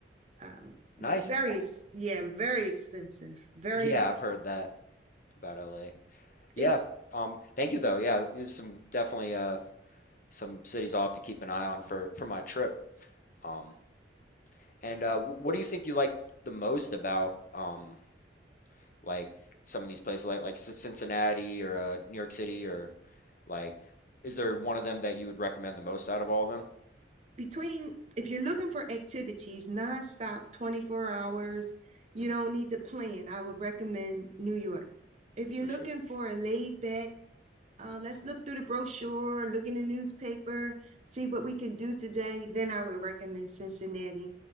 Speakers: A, on the right (about 40°); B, on the left (about 50°).
A: Um,
B: Nice.
A: very, ex yeah, very expensive. Very,
B: Yeah, I've heard that about LA. Yeah.
A: it
B: Um, thank you though. Yeah, these are some definitely uh some cities I'll have to keep an eye on for for my trip. Um, and uh, wh- what do you think you like the most about um, like some of these places, like like Cin- Cincinnati or uh, New York City, or like is there one of them that you would recommend the most out of all of them?
A: between, if you're looking for activities nonstop, 24 hours, you
B: hmm
A: don't need to plan. I would recommend New York. If you're
B: for
A: looking
B: sure.
A: for a laid back Uh, let's look through the brochure, look in the newspaper, see what we can do today. Then I would recommend Cincinnati.